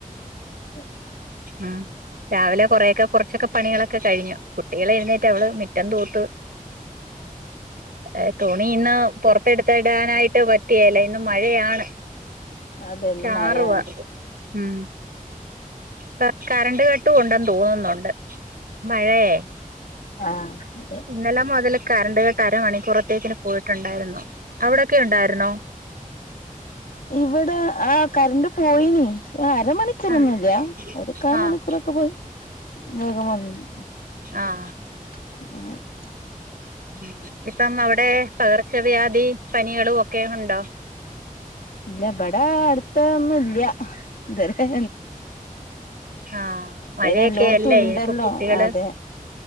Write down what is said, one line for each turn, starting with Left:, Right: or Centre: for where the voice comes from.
Left: അതെ.
Right: ഉം രാവിലെ കൊറേയൊക്കെ കൊർച്ചൊക്കെ പണികളൊക്കെ കഴിഞ്ഞു. കുട്ടികള് എഴുന്നേറ്റ് അവള് മിറ്റം തൂത്ത് ഏഹ് തുണി ഇന്ന് പൊറത്തെ ട്ത്തിടാനായിട്ട് പിറ്റികേല. ഇന്ന് മഴയാണ്.
Left: അതെന്നും
Right: ചാറുവാ
Left: മഴയാണ്
Right: ഉം. ക കറണ്ട് കട്ടും ഒണ്ടെന്ന് തോന്നുന്നൊണ്ട്. മഴയേ
Left: ആഹ് അതെ
Right: ഇന്നെലെ മൊതല് കറണ്ട് കട്ട് അരമണിക്കൂറത്തേക്ക്ന് പോയിട്ടുണ്ടായിരുന്നു. അവ്ടൊക്കെ ഉണ്ടായിരുന്നോ?
Left: ഇവടെ ആഹ് കറൻ്റ് പോയിനി. ഏഹ് അരമണി ക്കൂറൊന്നൂല്ല്യാ.
Right: ആ
Left: ഒരു കാ
Right: ആ
Left: മണിക്കൂറൊക്കെ പോയി. വേഗം വന്നീനി.
Right: ആ ആ
Left: <unintelligible>
Right: ഉം. ഇപ്പം അവടെ പകർച്ചവ്യാധി പനികളും ഒക്കെ ഉണ്ടൊ?
Left: ഇല്ല്യ. ബെടെ അട്ത്ത് ഒന്നുംല്ല്യാ. ത് വരെ
Right: ആഹ് മഴയൊക്കെ
Left: പിന്നെ എല്ലോടത്തും
Right: അല്ലെ.
Left: ഉണ്ടല്ലോ
Right: ഏക്ക് കുട്ടികള്
Left: അതെ